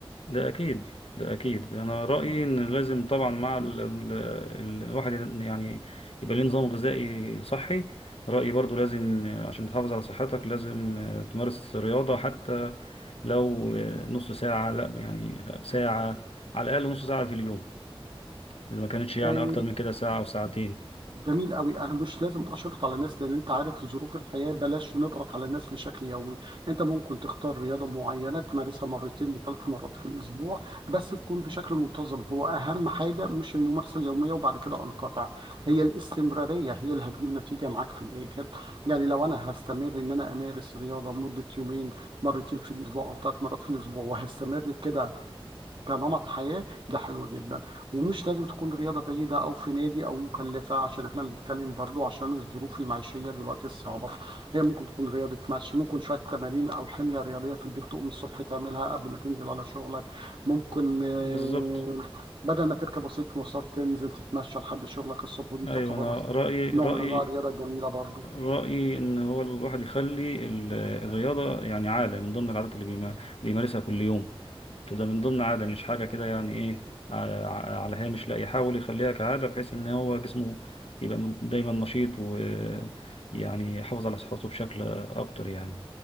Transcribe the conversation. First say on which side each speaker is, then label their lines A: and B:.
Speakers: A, on the left; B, on the right.
A: ده أكيد ده أكيد أنا رأيي إن لازم طبعا مع ال... ال... ال- الواحد يعني يبقى ليه نظام غذائي صحي رأيي برضو لازم آه، عشان تحافظ على صحتك لازم آه، تمارس رياضة حتى لو آه، نص ساعة لا يعني ساعة على الأقل نص ساعة في اليوم إذا ما كانتش يعني
B: إيه،
A: أكتر من كده ساعة أو ساعتين
B: جميل قوي انا مش لازم اشرط على ناس لان انت عارف ظروف الحياه بلاش نضغط على الناس بشكل يومي انت ممكن تختار رياضه معينه تمارسها مرتين لثلاث مرات في الاسبوع بس تكون بشكل منتظم هو اهم حاجه مش الممارسه اليوميه وبعد كده انقطع هي الاستمراريه هي اللي هتجيب نتيجه معاك في الاخر يعني لو انا هستمر ان انا امارس رياضه مده يومين مرتين في الاسبوع او ثلاث مرات في الاسبوع وهستمر كده كنمط حياة ده حلو جدا ومش لازم تكون رياضة بعيدة أو في نادي أو مكلفة عشان إحنا بنتكلم برضو عشان الظروف المعيشية دلوقتي الصعبة هي ممكن تكون رياضة مشي ممكن شوية تمارين أو حمية رياضية في البيت تقوم الصبح تعملها قبل ما تنزل على شغلك ممكن آه،
A: بالظبط
B: بدل ما تركب وسيلة مواصلات تنزل تتمشى لحد شغلك الصبح ودي
A: أيوة
B: تعتبر
A: أنا
B: وس-
A: رأيي رأيي
B: نوع من أنواع الرياضة الجميلة برضو
A: رأيي إن هو الواحد يخلي ال- الرياضة يعني عادة من ضمن العادات اللي بيما- بيمارسها كل يوم تبقى من ضمن عادة مش حاجة كده يعني إيه ع- ع- على هامش لا يحاول يخليها كعادة بحيث إن هو جسمه يبقى من- دايما نشيط ويعني يحافظ على صحته بشكل أكتر يعني